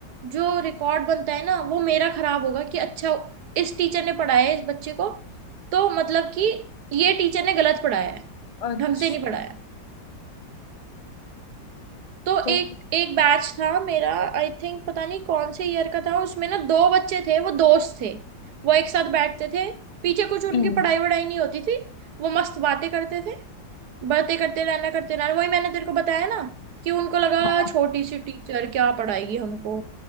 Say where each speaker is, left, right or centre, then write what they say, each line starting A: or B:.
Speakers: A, on the right; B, on the left.
A: जो रिकॉर्ड बनता है ना वो मेरा खराब होगा कि अच्छा इस टीचर ने पढ़ाया है इस बच्चे को तो मतलब कि ये टीचर ने गलत पढ़ाया है
B: अच्छा
A: ढंग से नहीं पढ़ाया तो
B: तो
A: एक एक बैच था मेरा आई थिंक पता नहीं कौन से ईयर का था उसमें ना दो बच्चे थे वो दोस्त थे वो एक साथ बैठते थे पीछे कुछ उनकी
B: हम्म,
A: पढ़ाई वढ़ाई नहीं होती थी वो मस्त बातें करते थे बातें करते रहना करते रहना वही मैंने तेरे को बताया ना कि उनको लगा
B: हाँ
A: छोटी सी टीचर क्या पढ़ाएगी हमको